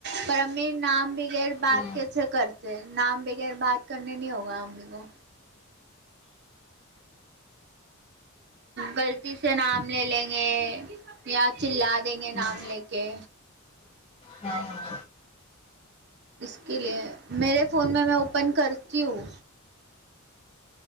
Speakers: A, on the right (about 50°); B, on the left (about 25°).
A: پر امی نام بھی بغیر بات
B: ہاں
A: کیسے کرتے نام بغیر بات کرنے نہیں ہوگا امی کو غلطی سے نام لے لیں گے یا چلا دیں گے
B: ہاں
A: نام لے کے
B: ہاں ہاں
A: اس کے لیے میرے فون میں میں اوپن کرتی ہوں